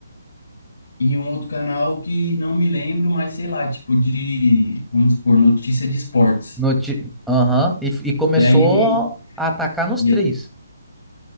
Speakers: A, on the left; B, in the centre.
A: e um outro canal que não me lembro, mas sei lá, tipo de, vamos supor, notícia de esportes.
B: noti, ti- Aham, E, e começou
A: E aí ele
B: a atacar nos
A: e,
B: três.